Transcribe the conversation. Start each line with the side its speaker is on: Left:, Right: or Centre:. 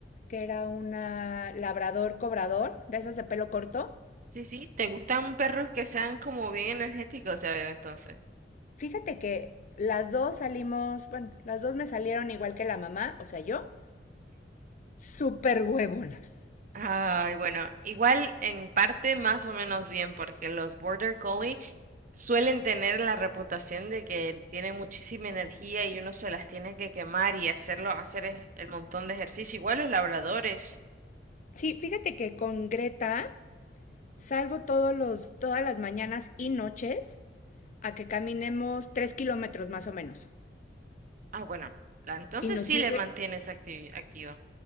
Left: que era una labrador cobrador, de esas de pelo corto.
Right: Sí, sí, te gustan perros que sean como bien energéticos, ya veo entonces.
Left: Fíjate que las dos salimos, bueno, las dos me salieron igual que la mamá, o sea, yo, súper huevonas.
Right: Ay, bueno, igual en parte más o menos bien, porque los Border Collie suelen tener la reputación de que tienen muchísima energía y uno se las tiene que quemar y hacerlo, hacer e- el montón de ejercicio. Igual los labradores.
Left: Sí, fíjate que con Greta Salgo todos los, todas las mañanas y noches a que caminemos tres kilómetros más o menos.
Right: Ah, bueno, la- entonces
Left: Y nos
Right: sí
Left: sirve.
Right: le mantienes acti- activa.